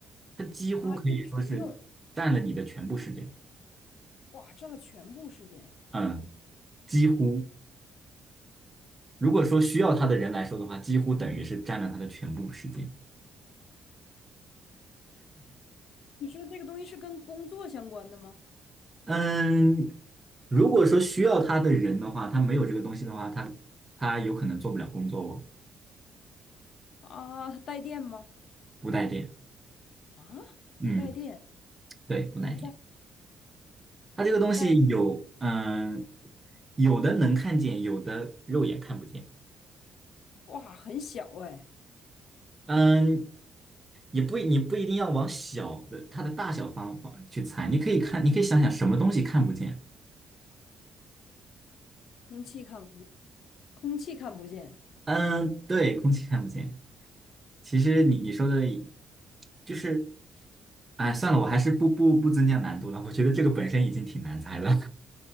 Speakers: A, on the right (about 25°); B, on the left (about 70°).
A: 它几乎可以说是占了你的全部时间，
B: 啊一直用，哇，占了全部时间。
A: 嗯，几乎如果说需要它的人来说的话，几乎等于是占了它的全部时间，
B: 你说这个东西是跟工作相关的吗？
A: 嗯，如果说需要它的人的话，他没有这个东西的话，他他有可能做不了工作哦，
B: 啊，它带电吗？
A: 不带电，
B: 啊，不带电，
A: 嗯，对，不带电。
B: 不带
A: 它这个东西有，
B: 不带，
A: 嗯，有的能看见，有的肉眼看不见。
B: 哇，很小哎，
A: 嗯，也不你不一定要往小的它的大小方方去猜，你可以看，你可以想想什么东西看不见。
B: 空气看不，空气看不见。
A: 嗯，对，空气看不见。其实你你说的，就是，哎，算了，我还是不不不增加难度了。我觉得这个本身已经挺难猜了。